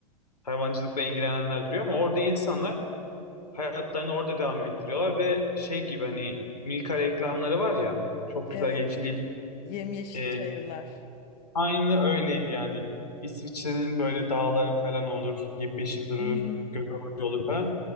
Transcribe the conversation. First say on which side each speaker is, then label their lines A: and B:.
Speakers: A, on the left; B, on the left.
A: hayvancılıkla ilgilenenler duruyor ama orada insanlar hayatlarını orada devam ettiriyorlar ve şey gibi hani Milka reklamları var ya çok
B: Evet,
A: güzel yeşil yeşil.
B: yemyeşil
A: Ee,
B: çayırlar.
A: aynı öyleydi yani. İsviçre'nin böyle dağları falan olur, yemyeşil durur,
B: Hı hı,
A: göz alıcı olur falan.